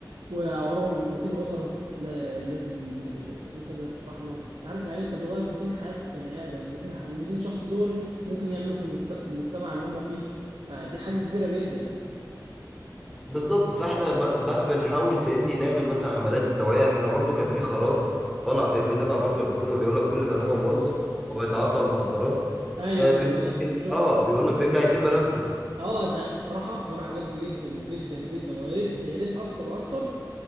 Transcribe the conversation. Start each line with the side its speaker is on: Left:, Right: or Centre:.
Right: ووراهم 200 أسرة لا- لازم الأس- الأسر ده تفرح لهم أنت عارف يعني إيه؟ أنت بتغير 200 حياة بني آدم 200 ح- ال 200 شخص دول ممكن يعملوا في المجت- في المجتمع اللي هم فيه فدي حاجة كبيرة جدا
Centre: بالظبط فاحنا ب- بقى بنحاول فاهمني نعمل مثلا حملات التوعية احنا برضو كان في قرار طلع فاهمني تبع برضو الحكومة بيقول لك كل من هو موظف
Right: أه
Centre: وبيتعاطى المخدرات
Right: أيوه
Centre: آه بيقول
Right: أيوه أيوه شفت
Centre: اه بيقول
Right: شفت
Centre: لك فاهمني
Right: القرار
Centre: هيتم
Right: ده
Centre: رفضه
Right: أه ده بصراحة القرار عجبني جدا جدا جدا ويا ريت يا ريت أكتر وأكتر